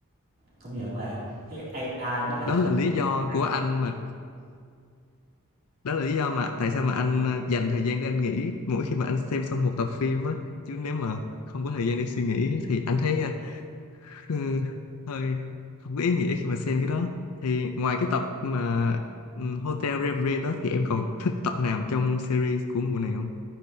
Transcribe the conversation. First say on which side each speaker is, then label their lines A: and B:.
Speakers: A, on the right (about 40°); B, on the left (about 90°).
A: công nhận là cái AI nó làm
B: đó
A: cho
B: là
A: mình
B: lý do
A: hay.
B: của anh mà đó là lý do mà tại sao mà anh ờ, dành thời gian để anh nghĩ mỗi khi mà anh xem xong một tập phim á chứ nếu mà không có thời gian để suy nghĩ thì anh thấy ờ, ừ, hơi không có ý nghĩa khi mà xem cái đó thì ngoài cái tập mà ừ, Hotel Reverie đó thì em còn thích tập nào trong series của mùa nào